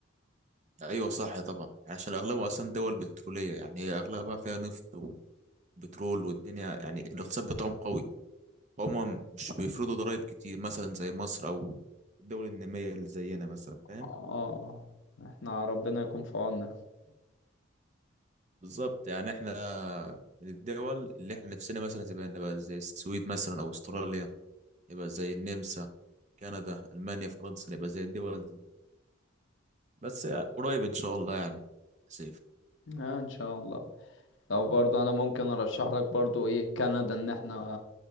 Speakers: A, on the right; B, on the left.
A: ايوه صح طبعا يعني عشان اغلبها اصلا دول بترولية يعني هي اغلبها فيها نفط وبترول والدنيا يعني الاقتصاد بتاعهم قوي هما مش بيفرضوا ضرائب كتير مثلا زي مصر او الدول النامية اللي زينا مثلا فاهم
B: اه احنا ربنا يكون في عوننا
A: بالظبط يعني احنا من الدول اللي احنا نفسنا مثلا تبقى نبقى زي السويد مثلا او استراليا يبقى زي النمسا كندا المانيا فرنسا نبقى زي الدول دي بس يعني قريب ان شاء الله يعني يا سيف
B: <laughs> اه ان شاء الله لو برضو انا ممكن ارشح لك برضو ايه كندا ان احنا